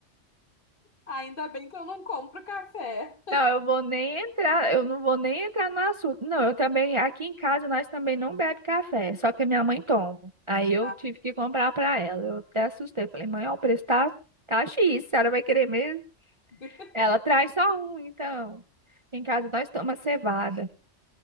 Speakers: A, on the left; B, on the right.
A: Ainda bem que eu não compro café.
B: Não, eu vou nem entrar, eu não vou nem entrar no assunto. Não, eu também, aqui em casa nós também não bebe café, só que a minha mãe toma. Aí eu
A: Ah,
B: tive que comprar para ela. Eu até assustei, falei: "Mãe, ó, o preço tá tá X, a senhora vai querer mesmo?"
A: <laughs>
B: Ela traz só um, então. Em casa nós tomamos cevada,